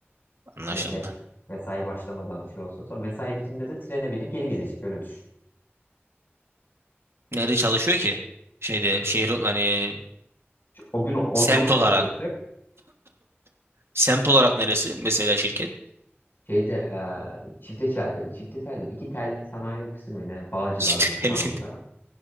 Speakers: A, on the right; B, on the left.
A: anlaşıldı.
B: Hani mes- mesai başlamadan şey olsun. Sonra mesai bitiminde de trene binip geri gidecek. Öyle düşün.
A: Nerede çalışıyor ki? Şeyde şehir hani
B: Şu- O gün o
A: semt
B: gün online
A: olarak.
B: çalışacak.
A: Semt olarak neresi? Mesela şirket.
B: Şeyde e, çifte çel- çifte telli, iki telli sanayi ofisi mi ne? Bağcılar'da
A: <laughs> Şirket
B: İstanbul'da.
A: belli.